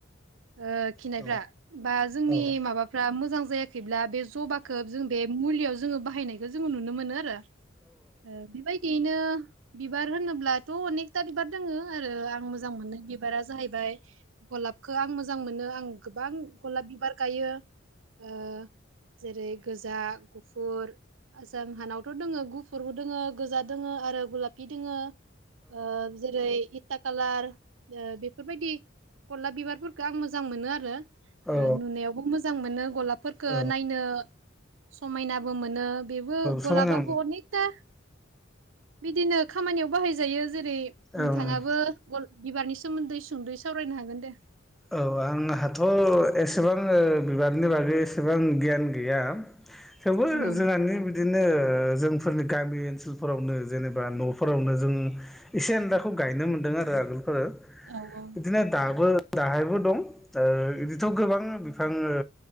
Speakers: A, on the right (about 75°); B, in the centre.
A: ओ खिनायफ्रा
B: औ औ
A: बा जोंनि
B: औ
A: माबा फ्रा मोजां जायाखैब्ला बे जबाखौ जों बे मुलियाव जोङो बाहायनाय बे जोङो नुनो मोनो आरो ओ बेबायदियैनो बिबार होनोब्लाथ' अनेक अनेखथा बिबार दङो आरो आं मोजां मोनो बिबारा जाहैबाय गलाबखौ आं मोजां मोनो आं गोबां गलाप बिबार गायो ओ जेरै गोजा गुफुर आ जारहानावथ' दोङो गुफुरबो दोङो गोजा दोङ आरो गुलाब बिदि दोंगो ओ जेरैल हेगथा कालार ओ बे बेफोरबायदि गलाब बिबारफोरखौो आं मोजां मोनो आरो ओ
B: औ
A: नुनायावबो मोजां मोनो गलाब फोरखो
B: औ
A: नायनो समायनाबो मोनो बेबो
B: समायना
A: गलाबाबो अनेकथा बिदिनो खामानियाव बाहायजायो जेरै
B: मोनो
A: नोंथाङाबो
B: औ
A: गल बिबारनि सोमोन्दै सुंद'यै सावरायनो हागोन दे
B: औ आंहाथ' एसेबां ओ बिबारनि बागै एसेबां गियान गैया थवबो
A: औ
B: जोंहानि बि बिदिनो जोंफोरनि गामि ओनसोलफोरावनो जेनेबा न'फोरावनो जों इसे <unintelligible> गायनो मोनदों आरो आगोलफोर
A: औ औ
B: बिदिनो दाबो दाहायबो दं ओ बिदिथ' गोबां बिफां ओ